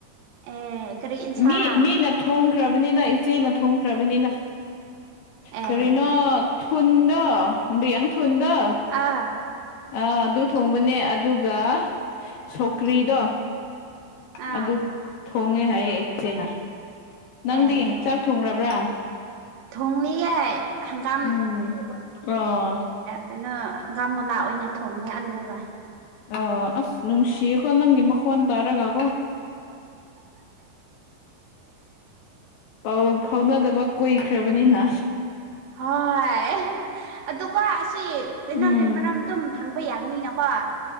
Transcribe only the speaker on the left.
ꯃꯤ ꯃꯤꯅ ꯊꯣꯡ ꯈ꯭ꯔꯕꯅꯤꯅ ꯏꯆꯦꯅ ꯊꯣꯡꯈ꯭ꯔꯕꯅꯤꯅ
ꯀꯔꯤꯅꯣ ꯊꯨꯟꯗꯣ ꯌꯥꯝ ꯊꯨꯟꯗꯣ
ꯑꯥ ꯑꯗꯨ ꯊꯣꯡꯕꯅꯦ ꯑꯗꯨꯒ ꯁꯧꯀ꯭ꯔꯤꯗꯣ
ꯑꯗ ꯍꯣꯡꯉꯦ ꯍꯥꯏꯌꯦ ꯏꯆꯦꯅ ꯅꯪꯗꯤ
ꯆꯥꯛ ꯊꯣꯡꯕ꯭ꯔꯥ
ꯎꯝ ꯑꯣ
ꯑꯥ ꯑꯁ ꯅꯨꯡꯁꯤꯌꯦꯀꯣ ꯅꯪꯒꯤ ꯃꯈꯣꯟ ꯇꯥꯔꯒꯀꯣ ꯄꯧ ꯐꯥꯎꯅꯗꯕ ꯀꯨꯏꯈ꯭ꯔꯕꯅꯤꯅ
ꯎꯝ